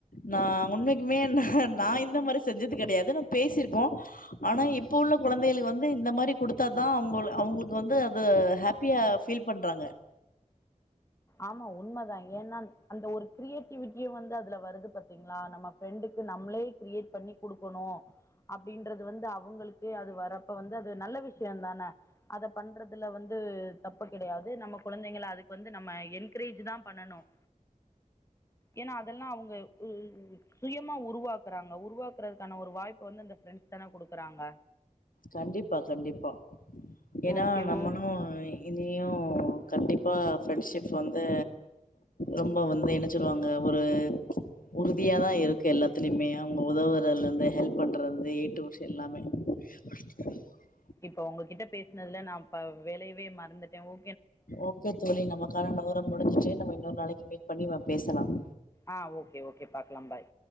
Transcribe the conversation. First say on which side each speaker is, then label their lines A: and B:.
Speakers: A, on the left; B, on the left.
A: நான உண்மக்குமே ஹம் நான் இந்த மாதரி செஞ்சது கெடையாது ந பேசிருக்கோம் ஆனா இப்ப உள்ள குழந்தைகளுக்கு வந்து இந்த மாதிரி குடுத்தாதான் அவங்க அவங்களுக்கு வந்து அது ஹாப்பியா ஃபீல் பண்றாங்க
B: ஆமா உண்மதான் ஏன்னா அந்த ஒரு கிரியேட்டிவிட்டி இயன் வந்துதுல வருது பாத்தீங்களா நம்ம ஃப்ரெண்டுக்கு நம்மளே கிரியேட் பண்ணி கொடுக்கணும் அப்படின்றது வந்து அவங்களுக்கு அது வரப்ப வந்து அது நல்ல விஷயம் தானே அத பண்றதுல வந்து தப்பு கிடையாது நம்ம குழந்தைங்க அதுக்கு வந்து நம்ம என்கரேஜ் தான் பண்ணனும் ஏன்னா அதெல்லாம் அவங்க சுயமா உருவாக்குறாங்க உருவாக்குறதுக்கான ஒரு வாய்ப்ப வந்து அந்த ஃப்ரெண்ட்ஸ் தானே கொடுக்குறாங்க
A: கண்டிப்பா கண்டிப்பா ஏன்னா
B: ஓகே,
A: நம்மளும்
B: ஓகே.
A: இனி யும் கண்டிப்பா ரெண்ட்ஷிப் வந்து ரொம்ப வந்து என்ன சொல்லுவாங்க ஒரு உறுதியாதான் இருக்கு எல்லாத்துலயுமே அவங்க உதவுறல்ல ஹெல்ப் பண்றதுந்து டியூப்ஸ் எல்லாமே <unintelligible>
B: இப்ப உங்ககிட்ட பேசினதுல நான் வேளையவே மறந்துட்டேன் ஓ
A: ஓகே தோழி நமக்கான நேரம் முடிஞ்சுச்சே நம்மன்னரு நாளக்கு மீட் பண்ணி பேசலாம்
B: ஆஹ் ஓகே ஓகே பாக்கலாம் பாய்